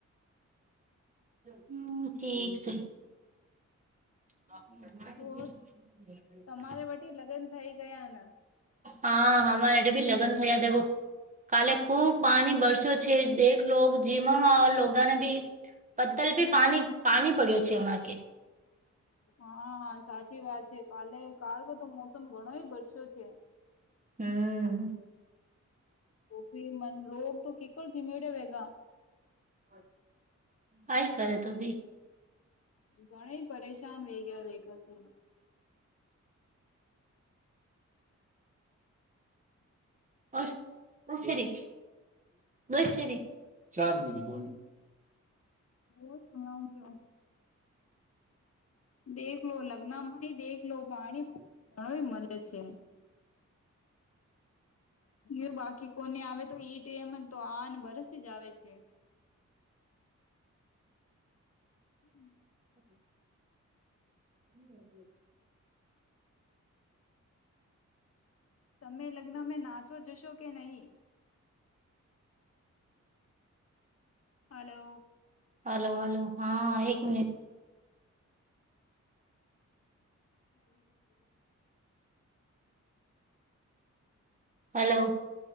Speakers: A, on the right; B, on the left.
A: હમ્મ ઠીક છે. <inaudible>
B: ઓ તમારે વટી લગ્ન થઈ ગયા આના.
A: હા હમારે એટલે ભી લગ્ન થયા દેખો કાલે ખુબ પાણી બરસ્યો છે દેખ લોગ જીવણમા લોગાન બી પત્તર પી પાણી પાણી પડ્યો છે ઓના કે
B: હા સાચી વાત છે કાલે કાલતો તો મોસમ ઘણોય બરસ્યો છે.
A: હમ્મ.
B: હું પી મન લોગ તો કી કુલ કિમેડે વેગ.
A: <unintelligible> કરે તો ભી
B: ઘણી પરેશાન વેગયા વેગાતે. <inaudible>
A: ઓર દુસરીખ દુસરીખ ચાર દિન બો
B: હો <unintelligible> ત્યોં. દેખલો લગ્ન માંથી દેખલો પાણી ઘણું મળે છે એ બાકી કોને આવે તો ઈ મને તો આને બરસ જ આવે છે <unintelligible> હમ્મ.
A: <unintelligible>
B: તમે લગ્નમાં નાચો જશો કે નહી હલો
A: હલો હલો હા એક મિનિટ
B: <unintelligible>
A: હલો